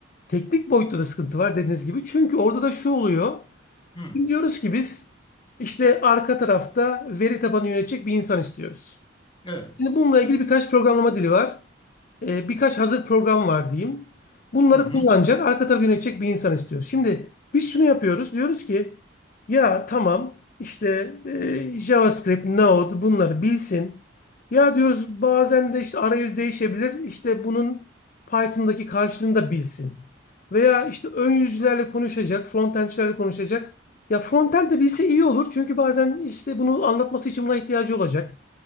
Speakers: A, on the left (about 45°); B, on the left (about 25°).
A: teknik boyutta da sıkıntı var dediğiniz gibi. Çünkü orada da şu oluyor.
B: Hı,
A: Şimdi diyoruz ki biz işte arka tarafta veri tabanı yönetecek bir insan istiyoruz.
B: evet.
A: Şimdi bununla ilgili birkaç programlama dili var. Ee, birkaç hazır program var diyeyim. Bunları
B: Hı hı.
A: kullanacak, arka tarafı yönetecek bir insan istiyoruz. Şimdi biz şunu yapıyoruz. Diyoruz ki ya tamam işte e, JavaScript, Node bunları bilsin. Ya diyoruz bazen de işte arayüz değişebilir. İşte bunun Python'daki karşılığını da bilsin. Veya işte ön yüzlerle konuşacak, frontendçilerle konuşacak. Ya frontend de bilse iyi olur. Çünkü bazen işte bunu anlatması için buna ihtiyacı olacak.